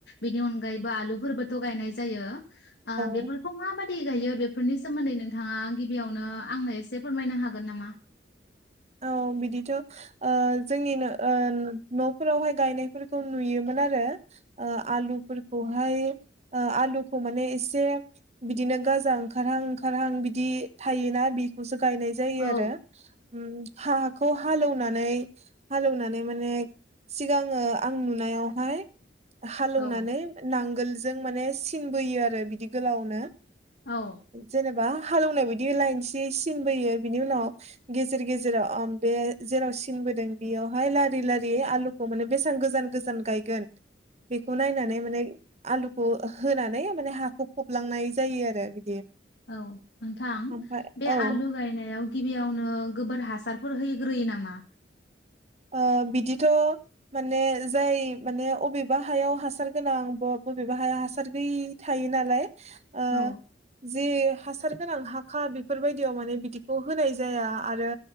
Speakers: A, on the left; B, on the right.
A: बिनि अनगायैबो आलुफोरबोथ गायनाय जायो। आ बेफोरखौ
B: औ
A: माबाय दि गायो बेफोरनि सोमोन्दै नोंथाङा गिबियावनो आंनो एसे फोरमायनो हागोन नामा
B: औ बिदिथ ओ जोंनि ओ नफोरावहाय गायनायफोरखौ नुयोमोन आरो। आलुफोरखौहाय ओ आलुखौ माने एसे बिदिनो गाजा ओंखारहां ओंखारहां बिदि थायोना बेखौसो गायनाय जायो
A: औ
B: आरो। उम हाखौ हालेवनानै हालेवनानै माने सिगाङो आं नुनायावहाय। हालौवनानै
A: औ
B: नांगोल जों माने सिन बोयो आरो बिदि गोलावनो।
A: औ
B: जेनेबा हालौवनाय बायदि लायनसे सिनबोयो बिनि उनाव गेजेर गेजेराव ओ बे जेराव सिनबोदों बेयावहाय लारि लारि आलुखौ माने बेसेबां गोजान गोजान गायगोन बेखौ नायनानै माने आलुखौ होनानै माने हाखौ फबलांनाय जायो आरो बिदि
A: औ नोंथां
B: ओमफ्राय
A: बे
B: औ
A: आलु गायनायाव गिबियावनो गोबोर हासारफोर होग्रोयो नामा
B: ओ बिदिथ' माने जाय माने बबेबा हायाव हासार गोनां ब बबेबा हाया हासार गैय थायो नालाय ओ
A: औ
B: जि हासार गोनां हाखा बेफोरबायदियाव माने बिदिखौ होनाय जाया आरो